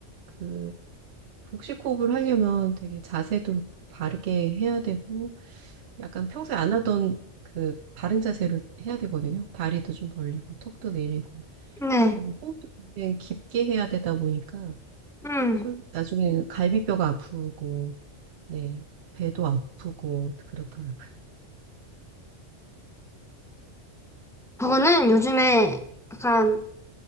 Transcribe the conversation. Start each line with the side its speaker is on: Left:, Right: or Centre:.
Right: 그, 복식 호흡을 하려면 되게 자세도 바르게 해야 되고, 약간 평소에 안 하던 그 바른 자세를 해야 되거든요. 다리도 좀 벌리고, 턱도 내리고,
Centre: 네.
Right: 그리고 호흡도 굉장히 깊게 해야 되다 보니까,
Centre: 음.
Right: 솔, 나중에는 갈비뼈가 아프고, 네, 배도 아프고, 그렇더라고요.
Centre: 저는 요즘에 약간